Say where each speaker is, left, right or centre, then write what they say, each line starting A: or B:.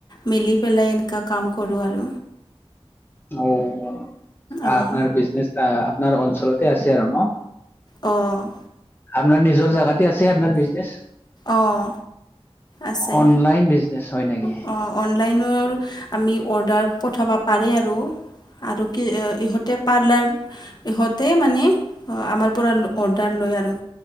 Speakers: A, on the left (about 40°); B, on the left (about 20°).
A: মিলি পেলাই এনেকা কাম কৰো আৰু।
B: অ ও
A: অঁ
B: আপোনাৰ বিজনেচ চা। আপোনাৰ অঞ্চলতে আছে আৰু ন?
A: অ',
B: আপোনাৰ নিজৰ জাগাতে আছে আপোনাৰ বিজনেছ?
A: অঁ আছে
B: অনলাইন বিজনেচ, হয় নেকি?
A: অ', অনলাইনৰ, আমি অৰ্ডাৰ পঠাবা পাৰে আৰু। আৰু কি ইহঁতে পাৰ্লাৰ, ইহঁতে মানে, আমাৰ পৰা অৰ্ডাৰ ল হৈ আৰু,